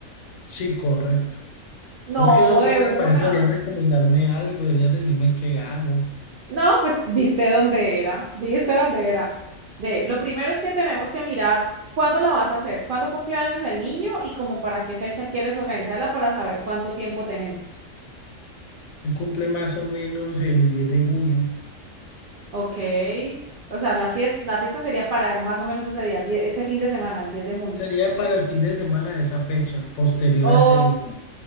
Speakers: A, on the left; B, on the right.
A: Sí, correcto.
B: No,
A: Vos que sos
B: de
A: buena
B: una.
A: para eso, deberías recomendarme algo, deberías decirme qué hago.
B: No, pues diste dónde era, diste dónde era. Ve, lo primero es que tenemos que mirar cuándo la vas a hacer, cuándo cumple años el niño y como para qué fecha quieres organizarla para saber cuánto tiempo tenemos.
A: Él cumple más o menos el 10 de junio.
B: Ok. O sea, la fiesta, la fiesta sería para más o menos ese día, die- ese fin de semana, el 10 de junio.
A: Sería para el fin de semana de esa fecha, posterior
B: Oh,
A: a ese día.